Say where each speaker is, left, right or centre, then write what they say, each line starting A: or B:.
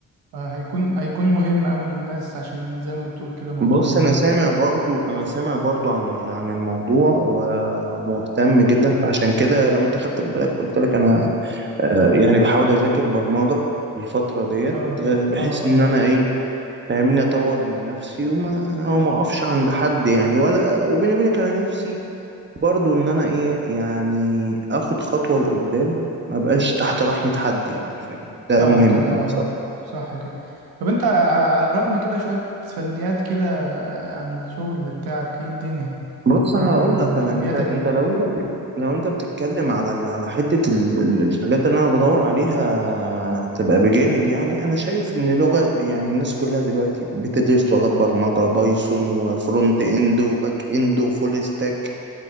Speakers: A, on the right; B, on the right.
A: فهيكون هيكون مهم أوي للناس عشان زي ما بتقول كده موضوع
B: بص
A: ال
B: انا سامع برضو انا سامع برضو عن ال- عن الموضوع و- ومهتم جدا فعشان كده لو انت خدت بالك قلت لك انا آه، يعني بحاول اذاكر برمجة الفترة ديت
A: اه
B: آه، بحيث
A: اه
B: ان
A: اه
B: انا ايه فاهمني اطور من نفسي وما وما اقفش عند حد يعني ولا وبيني وبينك انا نفسي برضو ان انا ايه يعني اخد خطوة لقدام ما بقاش تحت رحمة حد يعني فاهم
A: صح
B: ده مهم
A: كده
B: أوي
A: اه
B: بصراحة
A: صح كده طب انت ع- عرفني كده شوية فنيات كده عن الشغل بتاعك ايه الدنيا
B: بص هقول
A: يعني
B: لك
A: فنياتك
B: انا انت انت
A: ايه
B: لو انت بتك... لو انت بتتكلم على ال- على حتة ال- ال- الحاجات اللي انا بدور عليها تبقى بجانب يعني انا شايف ان لغة يعني الناس كلها دلوقتي بتدرس لغات برمجة بايثون وفرونت اند وباك اند وفول ستاك